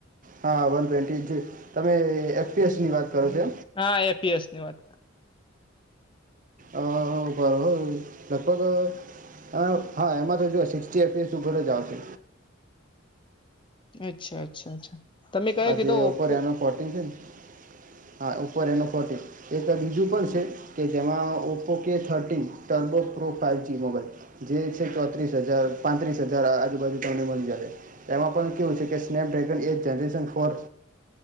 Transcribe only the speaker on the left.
હા એપીએસ ની વાત.
અચ્છા અચ્છા અચ્છા. તમે કયો
કીધો
ઓપ્પો